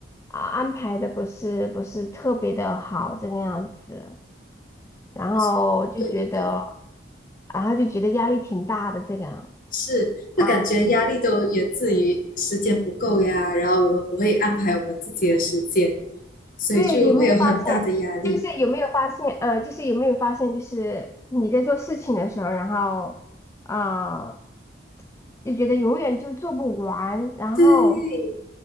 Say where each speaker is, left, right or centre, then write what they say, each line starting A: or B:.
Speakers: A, on the left; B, on the left.
A: 啊安排的不是不是特别的好这个样子，然后就觉得，
B: 但是对对对，
A: 然后就觉得压力挺大的这个
B: 是，就感觉压力都源自于时间不够呀，
A: 啊，
B: 然后我们不会安排我们自己的时间，所以就会有很大的压力。
A: 对，有没有发现？就是有没有发现？呃，就是有没有发现？就是你在做事情的时候，然后啊、呃就觉得永远就做不完，然后。
B: 对